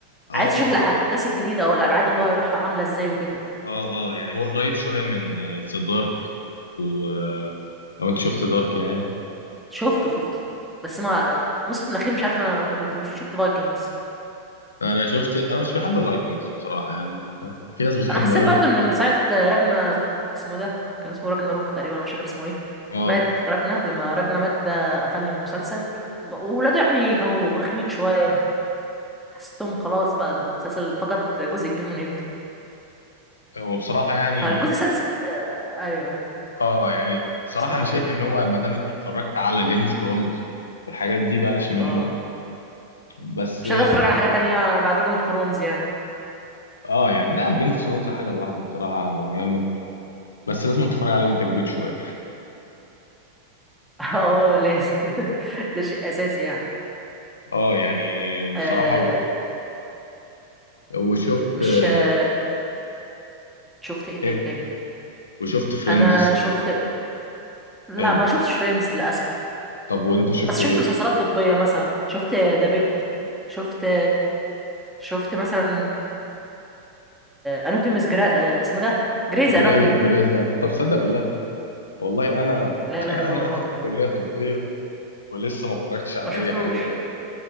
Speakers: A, on the left; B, in the centre.
A: اه
B: عايز تشوف الاحداث
A: اه
B: الجديده او الابعاد اللي هو هيروحها عامله ازاي وكده
A: اه اه يعني هو قريب شوية من ذا دارك و آه، لو انت شفت دارك يعني
B: شفته شفته بس ما الموسم الاخير مش عارف ما ما كملتوش وشفت فايكنجز
A: انا شفت انا مش بحب فايكنجز بصراحة يعني بس في ناس بتحبه
B: انا حسيت
A: قوي
B: برضو ان من ساعه راجنا اسمه إيه ده كان اسمه راجنا روك تقريبا أنا مش فاكر اسمه ايه
A: اه
B: مات راجنا لما راجنا مات ده قفلني من المسلسل م- وولاده يعني كانوا رخمين شويه حسيتهم خلاص بقى المسلسل فقد جزء كبير من هيبته
A: هو بصراحة يعني
B: فالجزء السادس آه ايوه ايوه
A: اه آه، يعني بصراحة
B: بصراحه
A: انا شايف
B: ايه
A: ان هو ما دام انت اتفرجت على جيم اوف ثرونز والحاجات دي بلاش منه
B: اه
A: بس
B: مش هقدر اتفرج على حاجه تانية بعد جيم اوف ثرونز يعني
A: اه يعني لا جيم اوف ثرونز حاجه لوحده بصراحه هو جامد بس لازم تتفرج عليه وانت كبير شويه
B: <laughs> اه لازم <laughs> ده شيء اساسي يعني
A: اه يعني بصراحه
B: آه
A: و... وشفت
B: مش
A: آه،
B: آه شفت ايه
A: ايه
B: تاني
A: وشفت فريندز
B: انا شفت لا
A: حلو
B: ما شفتش فريندز للاسف
A: طب وانت شفت
B: بس شفت
A: ايه
B: مسلسلات طبية مثلا شفت ذا بيت شفت شفت مثلا اناتوميز جرا... اسمه ده جريز
A: جراي
B: اناتومي
A: جراي زي... طب صدق بالله والله انا
B: لا
A: <coughs>
B: اله
A: <laughs> انا
B: الا الله
A: واحد في كليه طبيه ولسه ما اتفرجتش على
B: ما شفتوش
A: اي حاجه من الحاجات دي